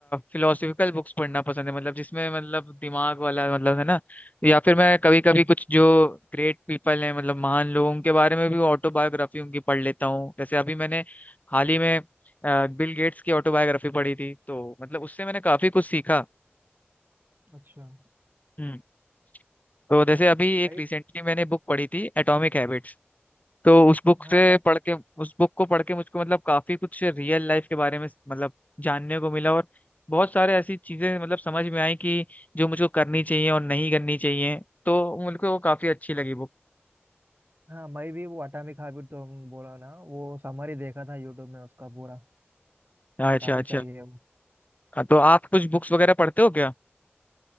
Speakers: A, on the left; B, on the right.
A: फिलोसफिकल बुक्स पढ़ना पसंद है मतलब जिसमें मतलब दिमाग वाला मतलब है ना या फिर मैं कभी कभी
B: हम्म,
A: कुछ जो ग्रेट पीपल हैं मतलब महान लोगों के बारे में भी ऑटोबायोग्राफी उनकी पढ़ लेता हूँ जैसे अभी मैंने हाल ही में बिल गेट्स की ऑटोबायोग्राफी पढ़ी थी तो मतलब उससे मैंने काफी कुछ सीखा
B: अच्छा
A: हम्म तो जैसे अभी एक
B: भाई
A: रिसेंटली मैंने बुक पढ़ी थी एटॉमिक हैबिट्स तो उस बुक
B: हाँ
A: से
B: मैं
A: पढ़ के उस बुक को पढ़ के मुझको मतलब काफी कुछ रियल लाइफ के बारे में मतलब जानने को मिला और बहुत सारे ऐसी चीजें मतलब समझ में आई कि जो मुझको करनी चाहिए और नहीं करनी चाहिए तो मुझको वो काफी अच्छी लगी बुक
B: हाँ मैं भी वो अटामिक हैबिट तो बोला ना वो समरी देखा था यूट्यूब में उसका पूरा
A: अच्छा
B: काफी
A: अच्छा
B: सही है वो
A: तो आप कुछ बुक्स वगैरह पढ़ते हो क्या